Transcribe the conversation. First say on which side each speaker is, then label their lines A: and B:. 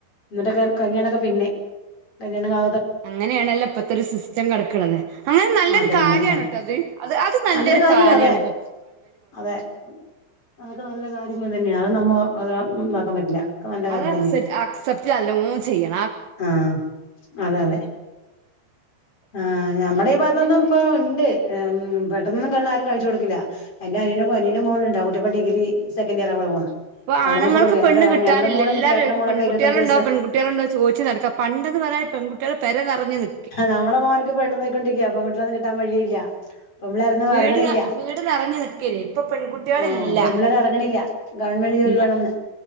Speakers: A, on the left; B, on the right.
A: എന്നിട്ടൊക്കെ കല്യാണക്കെ പിന്നെ കല്യാണക്കാ
B: അങ്ങനെയാണല്ലോ ഇപ്പത്തെ ഒരു സിസ്റ്റം കിടക്കണത് അങ്ങനെ നല്ലൊരു
A: അതന്നെ
B: കാര്യമാണ് കേട്ടോ അത് അത് അത് നല്ലൊ
A: നല്ല
B: ഒരു
A: കാര്യാണ്
B: കാര്യാണത്.
A: അതെ അതെ അതൊക്കെ നല്ല കാര്യങ്ങള് തന്നെയ, അത് നമ്മ ഉണ്ടാക്കാൻ പറ്റില്ല. ഒക്കെ നല്ല കാര്യം
B: അതസെറ്റ് അക്സെപ്റ്റ് എല്ലോം ചെയ്യാം.
A: ആ അതെ അതെ. ആ ഞമ്മുടെ ഈ ഭാഗത്തൊന്നും
B: പിന്നെന്താ
A: ഇപ്പൊ, ഉണ്ട് പെട്ടെന്നൊന്നും കല്യാണം ആരും കഴിച്ചു കൊടുക്കില്ല എന്റനിയന് അനിയന്റെ മോളുണ്ട് ആ കുട്ടി ഇപ്പ ഡിഗി സെക്കന്റ് ഇയർ ആവ. പോണ്.
B: ഇപ്പ
A: അവളാണ്
B: ആണുങ്ങൾക്ക്
A: ഇപ്പൊ കൊടുക്ക
B: പെണ്ണു കിട്ടാനില്ല
A: നമ്മുടെ മോളും
B: എല്ലാരും
A: ചേട്ടന്റെ
B: ഇപ്പൊ
A: മോളൊക്കെ
B: പെൺകുട്ടികളുണ്ടോ
A: ഇരുപത്തഞ്ച് വയസ്സ്
B: പെൺകുട്ടികളുണ്ടോ ചോദിച്ചു നടക്കാ പണ്ട പറയാ പെൺകട്ടികള് പെര നെറഞ്ഞു നിക്ക്
A: നമ്മുടെ മോനക്ക് പെണ്ണു നോയിക്കൊണ്ടിരിക്കയാ പെൺകുട്ടികളെയൊന്നും കിട്ടാൻ വഴിയില്ല. പെമ്പിള്ളേരൊന്നും
B: വീട്
A: ഇറങ്ങണില്ല
B: ന വീട് നിറഞ്ഞു നിക്കേനി ഇപ്പൊ പെൺകുട്ടികളില്ല
A: ആ പെമ്പിള്ളേരെറങ്ങണില്ല ഗവൺമെന്റ് ന്റ് ജോലി
B: ഇല്ല
A: വേണന്ന്